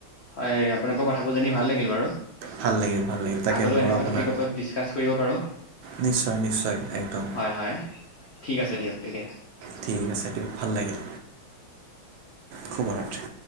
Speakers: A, on the left; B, on the right.
A: হয়, আপোনাক- কথাবোৰ জানি ভাল লাগিল বাৰু।
B: ভাল লাগিল ভাল লাগিল তাকে
A: আগলৈ
B: মোৰো
A: এনেকুৱা
B: আপোনাৰ
A: টপিকৰ ওপৰত ডিছকাছ কৰিব পাৰো।
B: নিশ্চয় নিশ্চয় একদম
A: হয়-হয় ঠিক আছে দিয়ক। অষ্ট্ৰেলিয়া।
B: ঠিক আছে দিয়ক। ভাল লাগিল। শুভ ৰাত্ৰি।